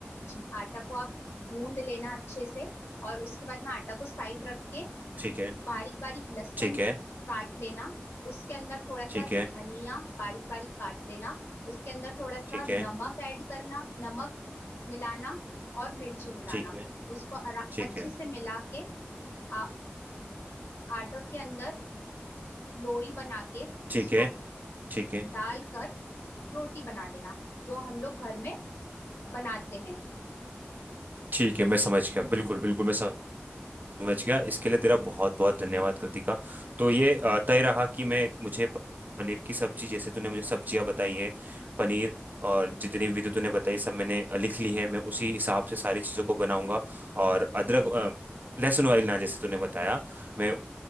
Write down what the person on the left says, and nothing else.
जी आटा को आप गूंद लेना अच्छे से और उसके बाद में आटा को साइड रख के
बारीक बारीक लहसुन
काट लेना उसके अंदर थोड़ा सा
धनिया
बारीक बारीक काट लेना उसके अंदर थोड़ा सा
नमक
ऐड करना नमक मिलाना और मिर्ची मिलाना
उसको अरा-
अच्छे
से मिला के आ, आटे के अंदर लोई बना के
उसको
डालकर रोटी बना लेना जो हम लोग घर में बनाते हैं